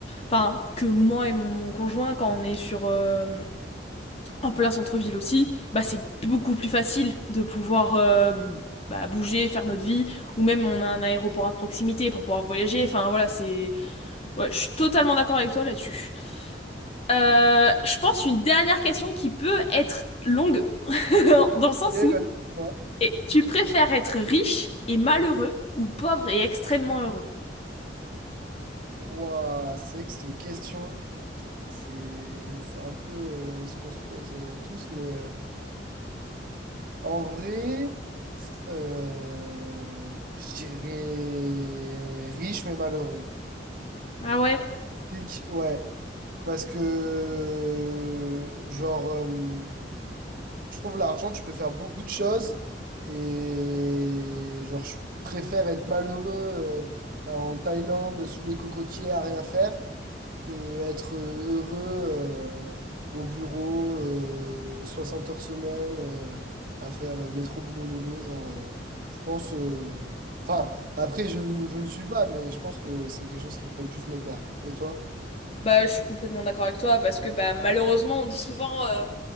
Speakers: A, on the left; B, on the right.
A: enfin que moi et mon conjoint, quand on est sur euh, en plein centre-ville aussi, bah c'est beaucoup plus facile de pouvoir euh, bah, bouger, faire notre vie, ou même on a un aéroport à proximité pour pouvoir voyager. Enfin voilà, c'est, ouais, je suis totalement d'accord avec toi là-dessus.
B: ok.
A: Euh, je pense une dernière question qui peut être longue <laughs> dans le sens
B: Et, euh,
A: où
B: dis-moi.
A: et tu préfères être riche et malheureux ou pauvre et extrêmement heureux?
B: Ouah, c'est vrai que cette question, c'est c'est un peu euh, ce qu'on se pose euh, tous, mais euh, en vrai, euh, je dirais riche mais malheureux.
A: Ah ouais?
B: Pique, ouais, parce que, euh, genre, euh, je trouve l'argent, tu peux faire beaucoup de choses, et genre, je préfère être malheureux euh, en Thaïlande, sous les cocotiers, à rien faire. que être euh, heureux euh, au bureau euh, 60 heures semaine euh, à faire euh, métro boulot dodo genre euh, je pense euh, enfin après je je le suis pas mais je pense que c'est quelque chose qui pourrait plus me plaire et toi
A: Bah, je suis complètement d'accord avec toi parce que bah malheureusement on dit souvent euh,